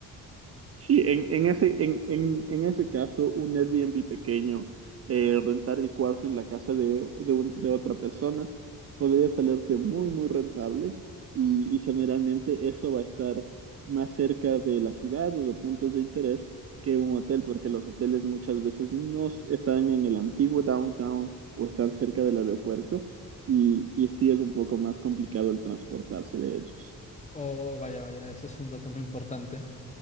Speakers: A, on the right (about 45°); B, on the left (about 20°).
A: Sí, en, en ese, en, en, en ese caso, un Airbnb pequeño, eh, rentar el cuarto en la casa de, de, un- de otra persona, podría salirte muy, muy rentable y, y generalmente eso va a estar más cerca de la ciudad o de puntos de interés que un hotel, porque los hoteles muchas veces no s- están en el antiguo downtown o están cerca del aeropuerto y, y sí es un poco más complicado el transportarse de ellos.
B: Oh, vaya, vaya, eso es un dato muy importante.